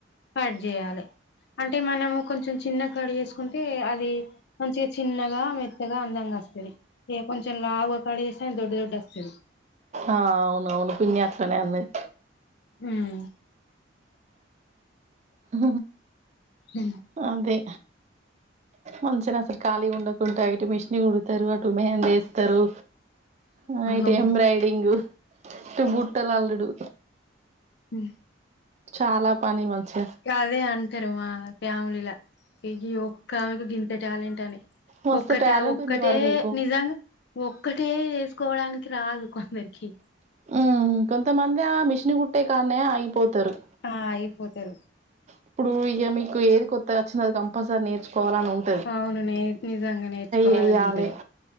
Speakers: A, on the left; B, on the right.
A: కట్ జేయాలె అంటే మనము కొంచం చిన్నగ కట్ చేస్కుంటే అది మంచిగ చిన్నగా, మెత్తగా అందంగస్తది. ఇగ కొంచం లావుగ కట్ చేసిన అది దొడ్డు దొడ్డు అస్తది.
B: ఆ అవునవును పిన్ని అట్లనే అన్నది.
A: హమ్
B: ఆ
A: హ
B: అదే మంచిగరాస్తరు కాళీ ఉండకుంట యిటు మిష్ని కుడతరు అటు మెహందీ యేస్తరు ఆ ఇటు
A: అవును
B: ఎబ్రయిడింగ్ ఇటు బుట్టలల్లుడు
A: హ
B: చాలా పని మంచ్
A: గదే అంటరు మా ఫ్యామిలీలా ఇ గి ఒక్కమెకు గింత టాలెంట్ అని
B: మస్తు
A: ఒక్కట
B: టాలెంట్
A: ఒక్కటే
B: ఉంది మరి మీకు
A: నిజంగా ఒక్కటే చేసుకోవడానికి రాదు కొందరికి
B: ఉమ్ కొంతమంద మిషన్ కుట్టే కానే ఆగిపోతరు
A: ఆ అయిపోతరు
B: ఇప్పుడు ఇగ మీకు ఏది కొత్తగా వచ్చిందో అది కంపల్సరీ నేర్చుకోవాలని ఉన్
A: అవును నే నిజంగా నేర్చుకోవాలని
B: చేయాలి
A: ఉంటది